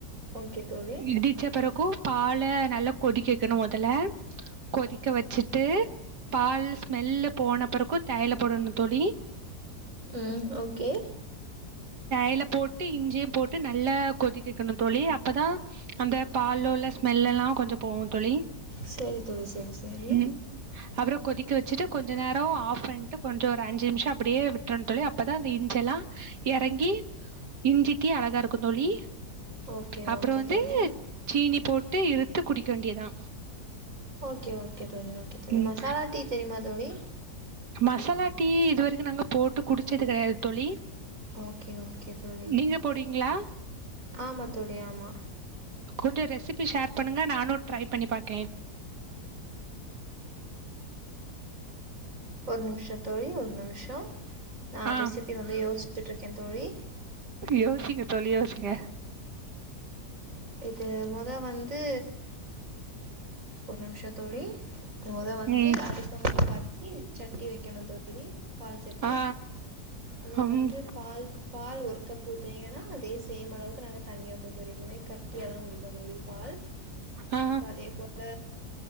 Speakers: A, on the right (about 50°); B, on the right (about 80°).
A: ஓகே தோழி
B: இடிச்ச பிறக்கு பால நல்லா கொதிக்க வக்கணு மொதல்ல கொதிக்க வச்சிட்டு பால் ஸ்மெல்லு போன பிறக்கு தேயல போடணு தோழி
A: ம் ஓகே
B: தேயல போட்டு இஞ்சியு போட்டு நல்லா கொதிக்க வக்கணு தோழி அப்பதா அந்த பாலோல ஸ்மெல்ல ல்லா கொஞ்சோ போவு தோழி
A: சேரி தோழி செரி செரி
B: ம் அப்புறோ கொதிக்க வச்சிட்டு கொஞ்ச நேரோ ஆஃப் பண்ட்டு கொஞ்ச ஒரு அஞ்சி நிம்ஷோ அப்டியே விட்றனு தோழி அப்ப தா அந்த இஞ்செல்லா இறங்கி இஞ்சி டீ அழகா இருக்கு தோழி
A: ஓகே
B: அப்பறோ
A: ஓகே
B: வந்து
A: தோழி
B: சீனி போட்டு இறுத்து குடிக்க வேண்டியதா
A: ஓகே ஓகே தோழி ஓகே தோழி
B: ம்
A: மசாலா டீ தெரியுமா தோழி
B: மசாலா டீ இதுவரைக்கு நாங்க போட்டு குடிச்சது கெடையாது தோழி
A: ஓகே ஓகே தோழி
B: நீங்க போடுவீங்களா
A: ஆமா தோழி ஆமா
B: கொஞ்ச ரெசிபி ஷேர் பண்ணுங்க நானு ட்ரை பண்ணி பாக்கே
A: ஒரு நிம்ஷோ தோழி ஒரு நிம்ஷோ நா
B: ஆ
A: ரெசிபி வந்து யோஷ்சிட்ருக்கே தோழி
B: யோசிங்க தோழி யோசிங்க
A: இது மொத வந்து ஒரு நிம்ஷோ தோழி மொத வந்து
B: ம்
A: அடுப்ப வந்து பத்தி சட்டி வைக்கணு தோழி பால் சட்டி
B: ஆ
A: அதுல
B: ம்
A: வந்து பால் பால் ஒரு கப் ஊத்துனிங்கன்னா அதே சேம் அளவுக்கு நாங்க தண்ணி ஊத்துவோ தோழி எப்பவுமே கட்டியாத குடிப்போ தோழி பால்
B: ஆ
A: அப்ப அதே போல